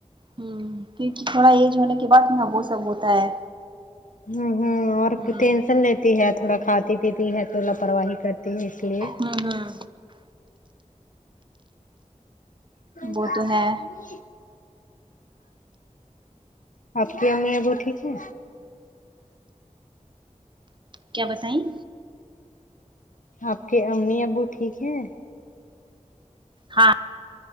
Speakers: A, on the right (about 40°); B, on the left (about 85°).
A: ہممم کیونکہ تھوڑا ایج ہونے کے بعد یہ وہ سب ہوتا ہے
B: ہمم ہمم اور
A: ہ
B: ٹینشن لیت تی ہے تھوڑا کھاتی پیتی ہے تو لاپرواہی کرتی ہے اس لیے
A: ہاں ہاں
B: کن
A: وہ
B: نہیں
A: تو ہے
B: <unintelligible> آپ کی امی ابو ٹھیک ہے
A: کیا بتائی
B: آپ کے امی ابو ٹھیک ہیں
A: ہاں